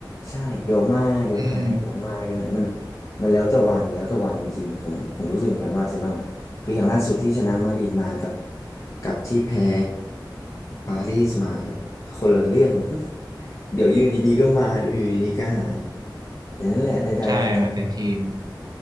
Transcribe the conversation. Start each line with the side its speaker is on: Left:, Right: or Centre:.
Left: ใช่เดี๋ยวมาเดี๋ยวหายเดี๋ยวมาเดี๋ยวหายมัน
Right: อืม
Left: มันแล้วแต่วันแล้วแต่วันจริงๆผมผมรู้สึกเหมือนกันว่าอาร์เซนอลอ่ะคืออย่างล่าสุดที่ชนะมาดริดมากับกับที่แพ้ปารีสมาก็คนละเรื่อง <laughs> เดี๋ยวอยู่ดีๆก็มาเดี๋ยวอยู่ดีๆก็หายแต่นั่นแหละใดๆสุดท้าย
Right: ใช่มันเป็นทีม